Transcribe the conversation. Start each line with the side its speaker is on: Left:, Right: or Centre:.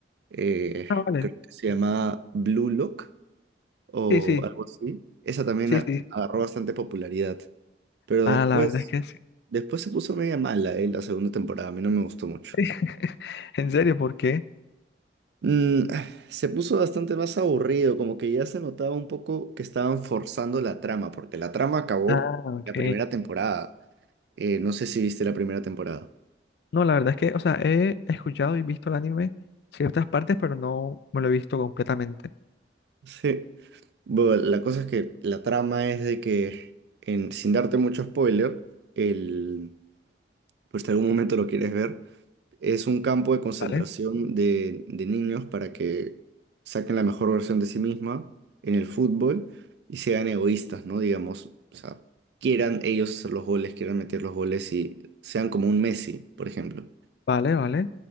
Right: Eh,
Left: Ah, vale,
Right: creo que se llamaba Blue Lock o
Left: sí, sí,
Right: algo así. Esa también
Left: sí,
Right: a-
Left: sí.
Right: agarró bastante popularidad. Pero
Left: Ah,
Right: después,
Left: la verdad es que sí.
Right: después se puso media mala, eh, la segunda temporada. A mí no me gustó mucho.
Left: <laughs> En serio, ¿por qué?
Right: Mm, ah, se puso bastante más aburrido, como que ya se notaba un poco que estaban forzando la trama, porque la trama acabó
Left: Ah, ok.
Right: la primera temporada. Eh, no sé si viste la primera temporada.
Left: No, la verdad es que, o sea, he escuchado y visto el anime ciertas partes, pero no me lo he visto completamente.
Right: Sí. Bueno, la cosa es que la trama es de que, en, sin darte mucho spoiler, el, pues si algún momento lo quieres ver, Es un campo de concentración
Left: ¿Vale?
Right: de, de niños para que saquen la mejor versión de sí misma en el fútbol y sean egoístas, ¿no? Digamos, o sea, quieran ellos hacer los goles, quieran meter los goles y sean como un Messi, por ejemplo.
Left: Vale, vale.